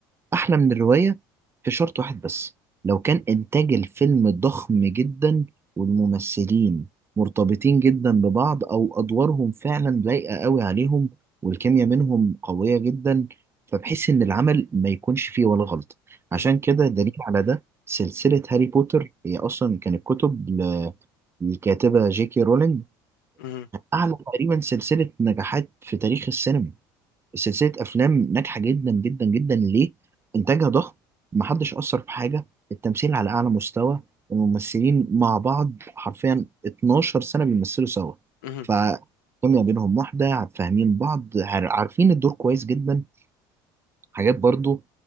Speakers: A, on the right; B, on the left.
A: أحلى من الرواية في شرط واحد بس لو كان إنتاج الفيلم ضخم جدا والممثلين مرتبطين جدا ببعض أو أدوارهم فعلا لايقة قوي عليهم والكيمياء منهم قوية جدا فبحيث إن العمل ما يكونش فيه ولا غلط عشان
B: مهم.
A: كده دليل على ده سلسلة هاري بوتر هي أصلا كانت كتب ل- للكاتبة جي كي رولينج
B: مهم.
A: أعلى تقريبا سلسلة نجاحات في تاريخ السينما سلسلة أفلام ناجحة جدا جدا جدا ليه؟ إنتاجها ضخم محدش أثر في حاجة التمثيل على أعلى مستوى الممثلين مع بعض حرفيا 12 سنة بيمثلوا سوا
B: مهم.
A: فكيميا بينهم واحدة فاهمين بعض عار- عارفين الدور كويس جدا حاجات برضو